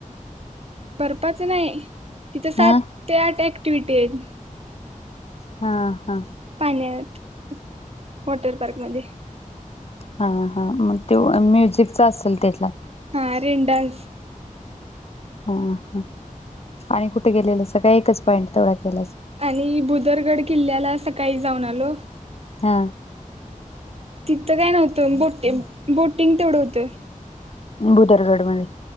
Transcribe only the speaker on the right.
बर्फाच नाही तिथे सात
ते आठ ॲक् ट्विटेन
पाण्यात वॉटर पार्क मध्ये
हा रेन डान्स
आणि बुदरगड किल्ल्याला सकाळी जाऊन आलो
किती काय नव्हतं <inaudible> बोटि बोटिंग तेवढं होतं